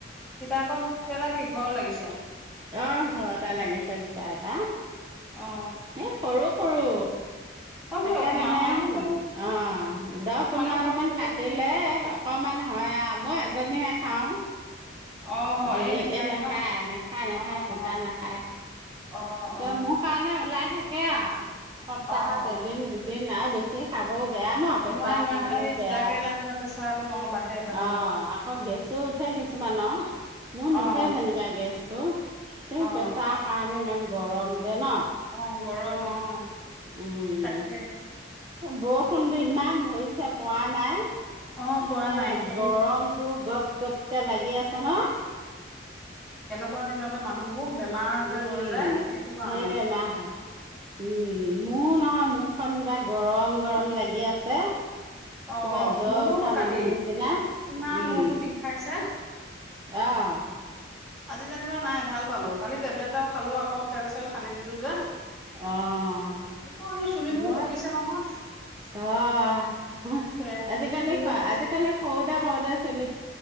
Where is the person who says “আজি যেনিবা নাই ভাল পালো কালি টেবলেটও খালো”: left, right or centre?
Centre